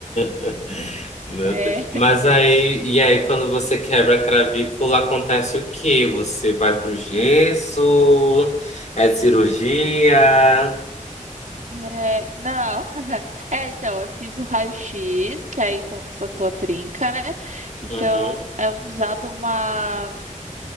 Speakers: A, on the left; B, on the right.
A: <laughs> Meu
B: É,
A: Deus. Mas aí, e aí, quando você quebra a cravícula acontece o quê? Você vai pro gesso? É cirurgia?
B: É, não. <laughs> É, então, eu fiz o raio-x, que aí constatou a trinca, né? Então,
A: Uhum.
B: é usado uma.